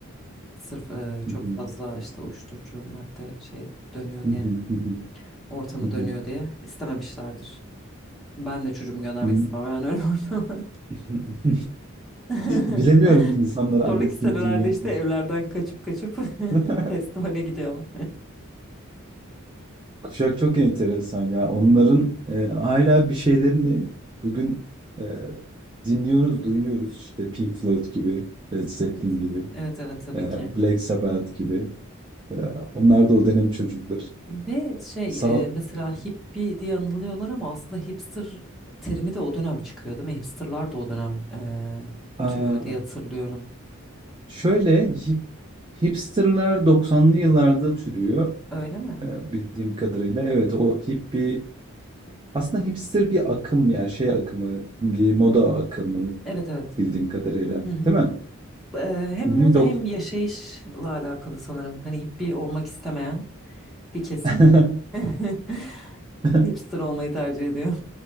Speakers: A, in the centre; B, on the right (about 20°).
A: Sırf e, çok
B: Hı hı.
A: fazla işte uyuşturucu madde şey dönüyor
B: Hı
A: diye,
B: hı, hı hı,
A: ortamı
B: hı
A: dönüyor
B: hı.
A: diye istememişlerdir. Ben de çocuğumu göndermek
B: Hı.
A: istemem hemen öyle ortama.
B: <laughs>
A: <laughs>
B: Bilemiyorum insanlar annesini
A: Sonraki senelerde
B: dinliyor.
A: işte
B: mu?
A: evlerden kaçıp kaçıp <laughs>
B: <laughs>
A: festivale gidiyorlar.
B: Kuşak çok enteresan ya. Onların e, hala bir şeylerini bugün e, dinliyoruz, duyuyoruz. İşte Pink Floyd gibi, Led Zeppelin
A: Evet.
B: gibi,
A: Evet evet tabii
B: e,
A: ki.
B: Black Sabbath gibi. Ee, Onlar da o dönem çocukları.
A: Ve şey
B: Sanat
A: e, mesela hippie diye anılıyorlar ama aslında hipster terimi de o dönem çıkıyor değil mi? Hipsterlar da o dönem e,
B: Aa,
A: türüyor diye hatırlıyorum.
B: şöyle hip- hipsterlar doksanlı yıllarda türüyor
A: Öyle mi?
B: ee, bildiğim kadarıyla. Evet o hippie aslında hipster bir akım yani şey akımı bir moda akımı
A: Evet evet.
B: bildiğim kadarıyla.
A: Hı hı.
B: Değil mi?
A: Eee, hem
B: Hı
A: moda
B: hı, dok-
A: hem yaşayışla alakalı sanırım. Hani hippie olmak istemeyen bir kesim
B: Hem.
A: <laughs>
B: <laughs>
A: hipster olmayı tercih ediyor.